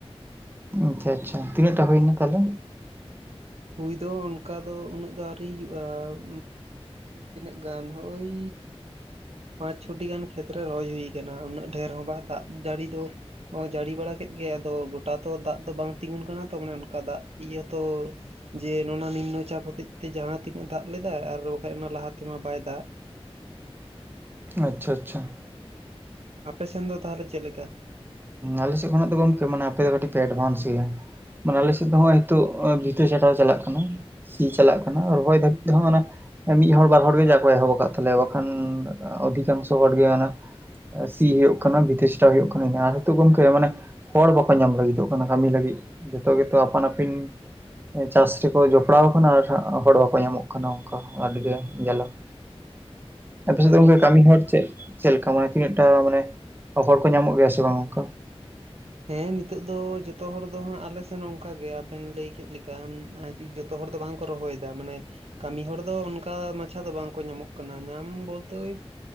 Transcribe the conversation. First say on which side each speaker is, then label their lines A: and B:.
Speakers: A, on the right; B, on the right.
A: ᱟᱪᱪᱷᱟ ᱟᱪᱪᱷᱟ ᱛᱤᱱᱟᱹᱜ ᱴᱟ ᱦᱩᱭᱱᱟ ᱛᱟᱦᱟᱞᱮ?
B: ᱦᱩᱭ ᱫᱚ ᱚᱱᱠᱟ ᱫᱚ ᱩᱱᱟᱹᱜ ᱫᱚ ᱟᱹᱣᱨᱤ ᱦᱩᱭᱩᱜ-ᱟ ᱾ ᱛᱤᱱᱟᱹᱜ ᱜᱟᱱ ᱦᱳᱭᱻ ᱯᱟᱸᱪ ᱪᱷᱚᱴᱤ ᱜᱟᱱ ᱠᱷᱮᱛ ᱨᱮ ᱨᱚᱦᱚᱭ ᱦᱩᱭ ᱠᱟᱱᱟ ᱩᱱᱟᱹᱜ ᱰᱷᱮᱨ ᱦᱚᱸ ᱵᱟᱝ ᱫᱟᱜ ᱡᱟᱹᱲᱤ ᱫᱚ ᱼᱼ ᱡᱟᱹᱲᱤ ᱵᱟᱲᱟ ᱠᱮᱫ ᱜᱮᱭᱟ ᱟᱫᱚ ᱜᱚᱴᱟ ᱛᱚ ᱫᱟᱜ ᱫᱚ ᱵᱟᱝ ᱛᱤᱸᱜᱩᱱ ᱠᱟᱱᱟ ᱛᱚ ᱢᱟᱱᱮ ᱚᱱᱠᱟ ᱫᱟᱜ ᱤᱭᱟᱹ ᱛᱚᱻ ᱡᱮ ᱱᱚᱣᱟ ᱱᱤᱢᱱᱚ ᱪᱟᱯ ᱦᱚᱛᱮᱡ ᱛᱮ ᱡᱟᱦᱟᱸ ᱛᱤᱱᱟᱹᱜ ᱮ ᱫᱟᱜ ᱞᱮᱫᱟ ᱟᱨ ᱵᱟᱠᱷᱟᱡ ᱚᱱᱟ ᱞᱟᱦᱟ ᱛᱮᱢᱟ ᱵᱟᱭ ᱫᱟᱜ ᱾
A: ᱟᱪᱪᱷᱟ ᱟᱪᱪᱷᱟ ᱾
B: ᱟᱯᱮ ᱥᱮᱱ ᱫᱚ ᱛᱟᱦᱚᱞᱮ ᱪᱮᱫ ᱞᱮᱠᱟ?
A: ᱟᱞᱮ ᱥᱮᱫ ᱠᱷᱚᱱᱟᱜ ᱫᱚ ᱜᱚᱢᱠᱮ ᱢᱟᱱᱮ ᱟᱯᱮ ᱠᱟᱹᱴᱤᱡ ᱯᱮ ᱮᱰᱵᱷᱟᱱᱥ ᱜᱮᱭᱟ ᱾ ᱢᱟᱱᱮ ᱟᱞᱮ ᱥᱮᱫ ᱫᱚ ᱦᱚᱸᱜᱼᱚᱭ ᱦᱤᱛᱳᱜ ᱵᱷᱤᱛᱟᱹ ᱪᱷᱟᱴᱟᱣ ᱪᱟᱞᱟᱜ ᱠᱟᱱᱟ ᱾ ᱥᱤ ᱪᱟᱞᱟᱜ ᱠᱟᱱᱟ ᱨᱚᱦᱚᱭ ᱫᱷᱟᱹᱵᱤᱡ ᱛᱮᱦᱚ ᱚᱱᱮ ᱢᱤᱫ ᱦᱚᱲ ᱵᱟᱨ ᱦᱚᱲ ᱜᱮ ᱡᱟ ᱠᱚ ᱮᱦᱚᱵ ᱟᱠᱟᱫ ᱛᱟᱞᱮᱭᱟ ᱵᱟᱠᱷᱟᱱ ᱼᱼ ᱚᱫᱷᱤᱠᱟᱝᱥᱚ ᱦᱚᱲᱜᱮ ᱚᱱᱟ ᱥᱤ ᱦᱩᱭᱩᱜ ᱠᱟᱱᱟ ᱵᱷᱤᱛᱟᱹ ᱪᱷᱟᱴᱟᱣ ᱦᱩᱭᱩᱜ ᱠᱟᱱᱟ ᱟᱨᱦᱚ ᱛᱚ ᱜᱚᱝᱠᱮ ᱢᱟᱱᱮᱼᱼ ᱦᱚᱲ ᱵᱟᱠᱚ ᱧᱟᱢ ᱞᱟᱹᱜᱤᱫᱚᱜ ᱠᱟᱱᱟ ᱠᱟᱹᱢᱤ ᱞᱟᱹᱜᱤᱫ ᱡᱚᱛᱚ ᱜᱮᱛᱚ ᱟᱯᱟᱱ ᱟᱹᱯᱤᱱ ᱼᱼ ᱪᱟᱥ ᱨᱮᱠᱚ ᱡᱚᱯᱲᱟᱣ ᱟᱠᱟᱱᱟ ᱟᱨ ᱦᱚᱲ ᱵᱟᱠᱚ ᱧᱟᱢᱚᱜ ᱠᱟᱱᱟ ᱚᱱᱠᱟ ᱟᱹᱰᱤ ᱜᱮ ᱡᱟᱞᱟ ᱾ ᱟᱯᱮ
B: ᱦᱮᱸ
A: ᱥᱮᱫ ᱜᱚᱢᱠᱮ
B: ᱱᱤᱛᱚᱜ
A: ᱠᱟᱹᱢᱤ ᱦᱚᱲ ᱪᱮᱫ ᱪᱮᱫ ᱞᱮᱠᱟ ᱢᱟᱱᱮ ᱛᱤᱱᱟᱹᱜ ᱴᱟ ᱢᱟᱱᱮ ᱦᱚᱲ ᱠᱚ ᱧᱟᱢᱚᱜ ᱜᱮᱭᱟ ᱥᱮ ᱵᱟᱝ ᱚᱱᱠᱟ?
B: ᱦᱮᱸ ᱱᱤᱛᱚᱜ ᱫᱚ ᱡᱚᱛᱚ ᱦᱚᱲ ᱫᱚ ᱦᱟᱸᱜ ᱟᱞᱮ ᱥᱮᱱ ᱚᱱᱠᱟ ᱜᱮ ᱟᱵᱮᱱ ᱞᱟᱹᱭ ᱠᱮᱫ ᱞᱮᱠᱟ ᱾ ᱡᱚᱛᱚ ᱦᱚᱲ ᱫᱚ ᱵᱟᱝ ᱠᱚ ᱨᱚᱦᱚᱭᱮᱫᱟ ᱢᱟᱱᱮ ᱼᱼ ᱠᱟᱹᱢᱤ ᱦᱚᱲ ᱫᱚ ᱚᱱᱠᱟ ᱢᱟᱪᱷᱟ ᱫᱚ ᱵᱟᱝ ᱠᱚ ᱧᱟᱢᱚᱜ ᱠᱟᱱᱟ ᱾ ᱧᱟᱢ ᱵᱚᱞᱛᱮ ᱳᱭ